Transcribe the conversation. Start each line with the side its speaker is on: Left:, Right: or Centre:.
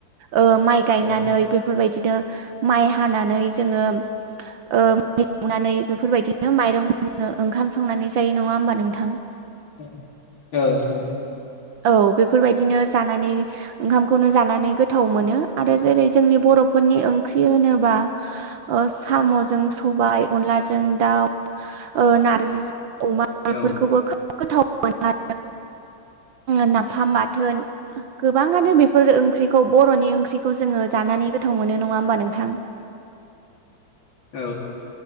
Right: ओ माइ गायनानै
Left: औ
Right: बेफोरबायदिनो माइ हानानै जोङो ओ माइनानै बेफोरबायदि बिदिनो माइरंखौ जोङो ओंखाम संनानै जायो नङा होमबा नोंथां
Left: औ औ
Right: औ बेफोरबायदिनो जानानै ओंखामखौनो जानानै गोथाव मोनो आरो जेरै जोंनि बर'फोरनि ओंख्रि होनो बा ओ साम'जों सबाय अनलाजों दाउ ओ नारजि अमा बेफोरखौबो
Left: औ
Right: खोब गोथाव मोनो आरो नाफाम बाथोन गोबाङानो बेफोर ओंख्रिखौ बर'नि ओंख्रिखौ जोङो जानानै गोथाव मोनो नङा होमबा नोंथां
Left: औ